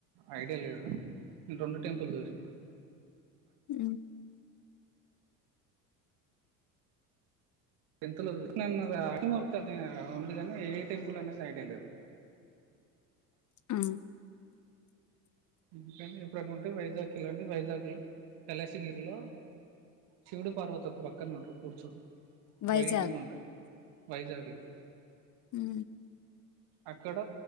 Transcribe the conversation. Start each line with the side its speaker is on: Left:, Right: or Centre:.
Right: ఐ ఐడియా లేదు నేను రెండు టెంపుల్ చూశ్నా
Left: ఊ
Right: టెన్త్ లో <inaudible> <unintelligible> ఉంది గాని ఏ టెంపుల్ అనేది ఐడియా లేదు
Left: ఆ
Right: ఇంకండి ఎప్పుడన్న ఉంటే వైజాగ్ కి ఎళ్లండి వైజాగ్ లో కళాశగిరిలో శివుడు పార్వతి ఒక్ పక్కనే ఉంటరు కూర్చోని
Left: వైజాగ్
Right: వైట్ గ ఉంట వైజాగ్ లో
Left: ఊఉ
Right: అక్కడ